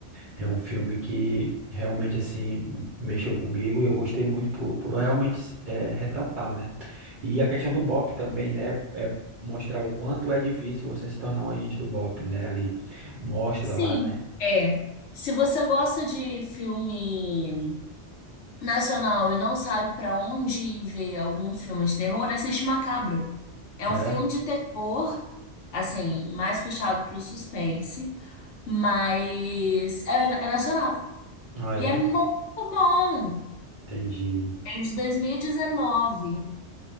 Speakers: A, on the right (about 50°); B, on the left (about 80°).
A: é um filme que realmente, assim, mexeu comigo e eu gostei muito por, por realmente eh, retratar, né, e a questão do BOP também, né, é mostrar o quanto é difícil você se tornar um agente do BOP, né, ali mostra
B: Sim,
A: lá, né,
B: é. Se você gosta de filme nacional e não sabe pra onde ir ver algum filme de terror, assiste Macabro. É
A: é,
B: um filme de terror, assim, mais puxado pro suspense, mas é é nacional.
A: ah,
B: E
A: é.
B: é muito bom.
A: Entendi.
B: É de 2019.